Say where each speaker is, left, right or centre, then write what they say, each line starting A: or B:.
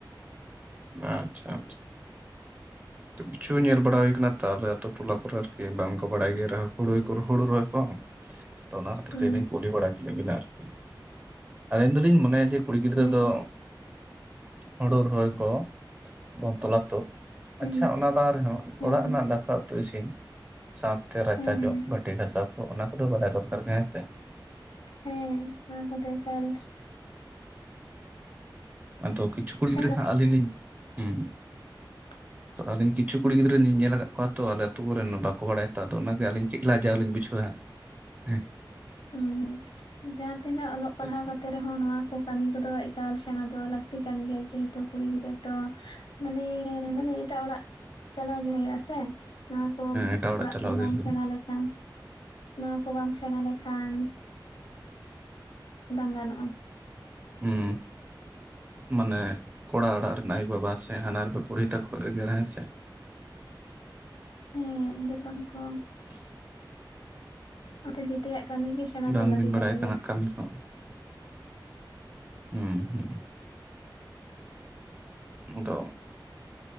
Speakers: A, on the right; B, on the left.
A: ᱟᱪᱪᱷᱟ ᱟᱪᱪᱷᱟ
B: ᱦ <unintelligible>
A: ᱠᱤᱪᱷᱩ ᱧᱮᱞ ᱵᱟᱲᱟ ᱦᱩᱭᱟᱱᱟ ᱛᱚ ᱟᱞᱮ ᱟᱹᱛᱩᱳ ᱴᱚᱞᱟ ᱠᱚᱨᱮ ᱟᱨᱠᱤ ᱵᱟᱝᱠᱚ ᱵᱟᱲᱟᱭ ᱜᱮᱭᱟ᱾ ᱦᱩᱲᱩ ᱦᱩᱲᱩ ᱨᱚᱦᱚᱭ ᱠᱚ ᱛᱚ ᱚᱱᱟ ᱠᱷᱟᱹᱛᱤᱨ
B: ᱦᱩᱸ
A: ᱛᱮᱞᱤᱧ ᱠᱩᱞᱤ ᱵᱟᱲᱟ ᱠᱮᱫᱤᱧ ᱵᱮᱱᱟ ᱟᱨᱠᱤ ᱟᱹᱞᱤᱧ ᱫᱚᱞᱤᱧ ᱢᱚᱱᱮᱭᱟ ᱡᱮ ᱠᱩᱲᱤ ᱜᱤᱫᱽᱨᱟᱹ
B: ᱦᱮᱸ
A: ᱫᱚ ᱦᱩᱲᱩ ᱨᱚᱦᱚᱭ ᱠᱚ ᱵᱚᱱ ᱛᱚᱞᱟ ᱛᱳᱫ
B: ᱦᱮᱸ
A: ᱟᱪᱪᱷᱟ ᱚᱱᱟ ᱵᱟᱝ ᱨᱮᱦᱚᱸ
B: ᱦᱮᱸ
A: ᱚᱲᱟᱜ
B: ᱦᱮᱸ
A: ᱨᱮᱱᱟᱜ ᱫᱟᱠᱟ ᱩᱛᱩ ᱤᱥᱤᱱ ᱥᱟᱶᱛᱮ ᱨᱟᱪᱟ
B: ᱦᱮᱸ ᱦᱮᱸ
A: ᱡᱚᱜ ᱵᱟᱹᱴᱤ ᱜᱷᱟᱥᱟᱣ ᱠᱚ ᱚᱱᱟ ᱠᱚᱫᱚ ᱵᱟᱲᱟᱭ ᱫᱚᱨᱠᱟᱨ ᱜᱮ ᱦᱮᱸ ᱥᱮ
B: <unintelligible> ᱦᱮᱸ ᱚᱱᱟ ᱮᱠᱟᱞ
A: ᱟᱫᱚ ᱠᱤᱪᱷᱩ ᱠᱩᱲᱤ
B: ᱥᱮᱬᱟ
A: ᱜᱤᱫᱽᱨᱟᱹ ᱦᱟᱜ ᱟᱹᱞᱤᱧ ᱞᱤᱧ ᱦᱮᱸ
B: <unintelligible>
A: ᱚᱛ ᱟᱹᱞᱤᱧ ᱠᱤᱪᱷᱩ ᱠᱩᱲᱤ ᱜᱤᱫᱽᱨᱟᱹ ᱞᱤᱧ ᱧᱮᱞ ᱟᱠᱟᱫ ᱠᱚᱣᱟ ᱛᱚ ᱟᱞᱮ ᱟᱹᱛᱩ ᱠᱚᱨᱮᱱ ᱵᱟᱠᱚ ᱵᱟᱲᱟᱭᱟ ᱟᱫᱚ ᱚᱱᱟᱜ ᱟᱹᱞᱤᱧ ᱞᱟᱡᱟᱣ ᱞᱤᱧ ᱵᱩᱷᱟᱹᱣᱟᱸᱜ ᱦᱮᱸ
B: ᱦᱩᱸ ᱦᱩᱸ ᱡᱟᱦᱟᱸ ᱛᱤᱱᱟᱹᱜ ᱚᱞᱚᱜ ᱯᱟᱲᱦᱟᱣ
A: ᱦᱮᱸ
B: ᱠᱟᱛᱮ ᱨᱮᱦᱚᱸ ᱱᱚᱣᱟ ᱠᱚ ᱠᱟᱹᱢᱤ ᱠᱚᱫᱚ ᱮᱠᱟᱞ ᱥᱮᱬᱟ ᱫᱚ ᱞᱟᱹᱠᱛᱤ ᱠᱟᱱ ᱜᱮᱭᱟ ᱡᱮᱦᱮᱛᱩ ᱠᱩᱲᱤ ᱜᱤᱫᱽᱨᱟᱹ ᱫᱚ ᱢᱟᱱᱮ ᱢᱟᱱᱮ ᱮᱴᱟᱜ ᱚᱲᱟᱜ ᱪᱟᱞᱟᱣ ᱜᱮ ᱦᱩᱭᱩᱜᱼᱟ ᱥᱮ ᱱᱚᱣᱟ ᱠᱚ
A: ᱮᱴᱟᱜ
B: ᱚᱲᱟᱜ
A: ᱪᱟᱞᱟᱣ
B: ᱠᱚᱨᱮ ᱵᱟᱢ
A: ᱜᱮ ᱦᱩᱭᱩᱜᱼᱟ
B: ᱥᱮᱬᱟ ᱞᱮᱠᱷᱟᱱ ᱱᱚᱣᱟ ᱠᱚ ᱵᱟᱢ ᱥᱮᱬᱟ ᱞᱮᱠᱷᱟᱱ ᱵᱟᱝ ᱜᱟᱱᱚᱜᱼᱟ
A: ᱦᱮᱸ ᱢᱟᱱᱮ ᱠᱚᱲᱟ ᱚᱲᱟᱜ ᱨᱮᱱ ᱟᱭᱳᱼᱵᱟᱵᱟ ᱥᱮ ᱦᱟᱱᱟᱦᱟᱨ ᱵᱩᱲᱦᱤ ᱛᱟᱠᱚ ᱮᱜᱮᱨ ᱦᱮᱸ ᱥᱮ
B: <inaudible> ᱦᱮᱸ ᱮᱜᱮᱨ ᱵᱟᱝ ᱠᱚ
A: <unintelligible>
B: ᱚᱱᱟᱚᱛᱮ ᱡᱮᱛᱮᱭᱟᱜ ᱠᱟᱹᱢᱤ ᱜᱮ ᱥᱮᱬᱟ
A: ᱵᱟᱝᱵᱤᱱ
B: ᱫᱚ ᱞᱟᱹᱠᱛᱤ
A: ᱵᱟᱲᱟᱭ
B: ᱠᱟᱱ ᱜᱮᱭᱟ
A: ᱠᱟᱱᱟ ᱠᱟᱹᱢᱤ ᱠᱚ ᱦᱮᱸᱦᱮᱸ ᱟᱫᱚ